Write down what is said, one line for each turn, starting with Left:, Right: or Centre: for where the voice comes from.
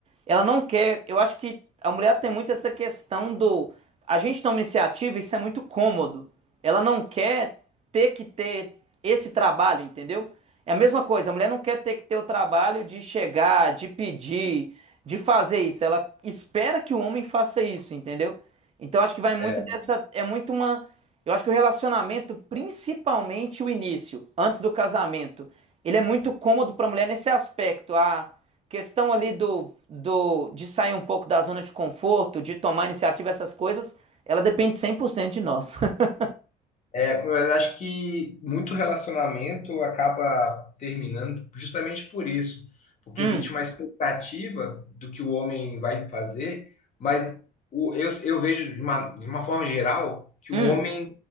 Right: ela não quer. Eu acho que a mulher tem muito essa questão do. A gente toma iniciativa, isso é muito cômodo. Ela não quer ter que ter esse trabalho, entendeu? É a mesma coisa, a mulher não quer ter que ter o trabalho de chegar, de pedir, de fazer isso. Ela espera que o homem faça isso, entendeu? Então acho que vai muito
Left: É,
Right: dessa. É muito uma. Eu acho que o relacionamento, principalmente o início, antes do casamento, ele é muito cômodo para a mulher nesse aspecto. A questão ali do, do de sair um pouco da zona de conforto, de tomar iniciativa, essas coisas, ela depende 100% de nós. <laughs>
Left: É, mas acho que muito relacionamento acaba terminando justamente por isso, porque
Right: Hum.
Left: existe uma expectativa do que o homem vai fazer, mas o- eu, eu vejo de uma, de uma forma geral que
Right: Hum,
Left: o homem,